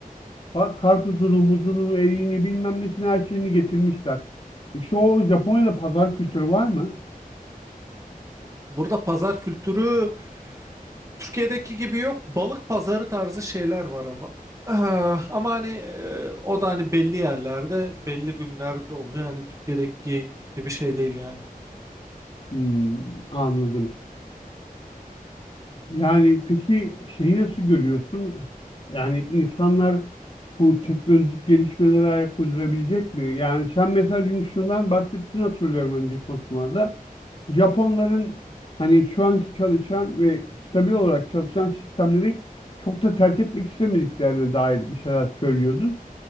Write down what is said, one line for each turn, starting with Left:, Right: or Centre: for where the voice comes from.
Left: bak karpuzunu, muzunu, eriğini bilmem nesini her şeyini getirmişler. İşte o Japonya'da pazar kültürü var mı?
Right: Burada pazar kültürü Türkiye'deki gibi yok. Balık pazarı tarzı şeyler var ama. Ah, ama hani e, o da hani belli yerlerde, belli günlerde oluyor. Yani Türkiye'deki gibi şey değil yani.
Left: Hmm, anladım. Yani peki şeyi nasıl görüyorsun? Yani insanlar bu teknolojik gelişmelere ayak uydurabilecek mi? Yani sen mesela dün şundan bahsettiğini hatırlıyorum önce konuşmalarda. Japonların hani şu anki çalışan ve stabil olarak çalışan sistemleri çok da terk etmek istemediklerine dair bir şeyler söylüyordun.